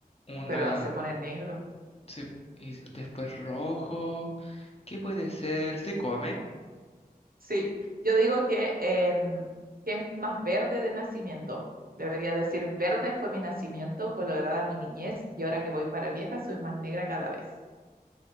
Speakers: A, on the left (about 40°); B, on the right (about 65°).
A: una...
B: pero se pone negro.
A: Sí, y s- después rojo. ¿Qué puede ser? Se come
B: Sí, yo digo que, em, que es más verde de nacimiento. Debería decir, verde fue mi nacimiento, colorada mi niñez, y ahora que voy para vieja, soy más negra cada vez.